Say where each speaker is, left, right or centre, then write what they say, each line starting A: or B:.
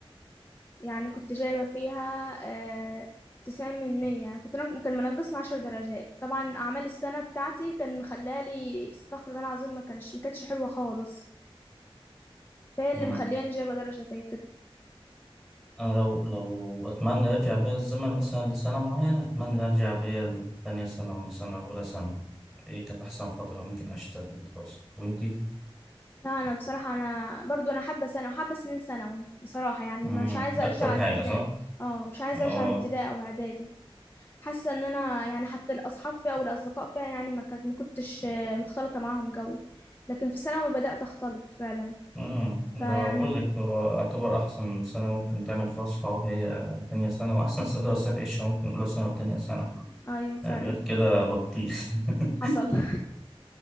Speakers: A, on the left (about 20°); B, in the centre.
A: يعني كنت جايبة فيها آه، تسعين من مية يعني كنت نق- كان منقصني عشر درجات طبعا أعمال السنة بتاعتي كان مخلالي استغفر الله العظيم ما كانش ما كانتش حلوة خالص فهي
B: مم.
A: اللي مخلياني جايبة درجة زي كده
B: أنا لو لو أتمنى يرجع بيا الزمن مثلا لسنة معينة أتمنى أرجع بيا لتانية سنة أو مثلا أولى سنة إيه كانت أحسن فترة ممكن أعيشها في الدراسة وإنتي؟
A: لا انا بصراحه انا برضو انا حابه سنه وحابه سنين ثانوي بصراحه يعني
B: مم.
A: ما- مش عايزه
B: أكتر
A: ارجع
B: حاجة
A: لابتدائي
B: صح؟
A: اه مش عايزه
B: آه
A: ارجع لابتدائي او اعدادي حاسه ان انا يعني حتى الاصحاب فيها او الاصدقاء فيها يعني ما كد- ما كنتش آه، مختلطه معاهم قوي لكن في ثانوي بدات اختلط فعلا
B: امم ده
A: فيعني
B: بقول لك هو اعتبر احسن سنه ممكن تعمل فيها صحاب هي تانية سنه واحسن سنه دراسيه تعيشها ممكن اولى سنه وتانية سنه
A: ايوه فعلا
B: يعني غير كده بطيخ <laughs>
A: حصل <laughs>